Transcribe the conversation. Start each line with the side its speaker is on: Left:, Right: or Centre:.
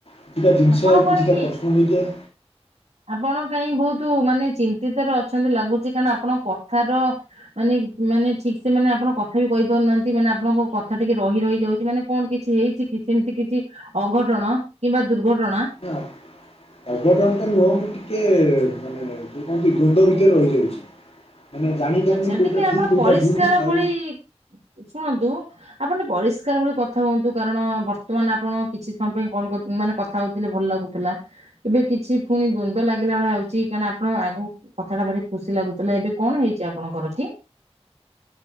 Left: କିଛିଟା ଜିନିଷ
Right: ଆପଣ କଣ
Left: କିଛିଟା
Right: କି
Left: ପ୍ରଶ୍ନ ହୋଇଯାଏ‌।
Right: ଆପଣ କାହିଁ ବହୁତ ମାନେ ଚିନ୍ତିତ ରେ ଅଛନ୍ତି ଲାଗୁଛି କାରଣ ଆପଣଙ୍କ କଥାର ମାନେ ମାନେ ଠିକ ସେ ମାନେ ଆପଣ କଥା ବି କହିପାରୁନାହାନ୍ତି ମାନେ ଆପଣଙ୍କ କଥା ଟିକେ ରହି ରହିଯାଉଚି ମାନେ କଣ କିଛି ହେଇଛି କି ସେମିତି କିଛି ଅଘଟଣ କିମ୍ବା ଦୁର୍ଘଟଣା?
Left: ନା ଅଘଟଣ ତ ନୁହଁ ମୁଁ ଟିକେ ମାନେ ଯେଉଁ କୁହନ୍ତି ଦ୍ୱନ୍ଦ ଭିତରେ ରହିଯାଉଚି। ମାନେ ଜାଣିପାରୁନି
Right: ଆଚ୍ଛା
Left: କୋଉଟା
Right: ଟିକେ ଆପଣ
Left: ଠିକ୍ କୋଉଟା
Right: ପରିଷ୍କାର
Left: ଭୁଲ୍ ଆଉ
Right: ଭଳି ଶୁଣନ୍ତୁ ଆପଣ ଟିକେ ପରିଷ୍କାର ଭଳି କଥା ହୁଅନ୍ତୁ କାରଣ ବର୍ତ୍ତମାନ ଆପଣ କିଛି ସମୟ ପାଇଁ କଣ ମାନେ ଥାଉଥିଲେ ଭଲ ଲାଗୁଥିଲା ଏବେ କିଛି ପୁଣି ଦ୍ୱନ୍ଦ୍ୱ ଲାଗିଲା ଭଳିଆ ହଉଛି କାରଣ ଆପଣ ଆଗୋ କଥାଟା ଭାରି ଖୁସି ଲାଗୁଥିଲା ଏବେ କଣ ହେଇଛି ଆପଣଙ୍କର କି?